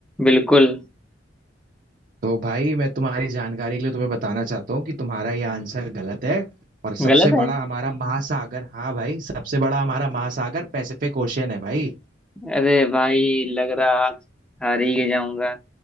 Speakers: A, in the centre; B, on the right.
A: बिल्कुल
B: तो भाई मैं तुम्हारी जानकारी के लिए तुम्हें बताना चाहता हूँ कि तुम्हारा यह आंसर गलत है और
A: गलत
B: सबसे
A: है
B: बड़ा हमारा महासागर हाँ भाई सबसे बड़ा हमारा महासागर पैसिफिक ओशियन है भाई
A: अरे भाई लग रहा आज हार ही जाऊंगा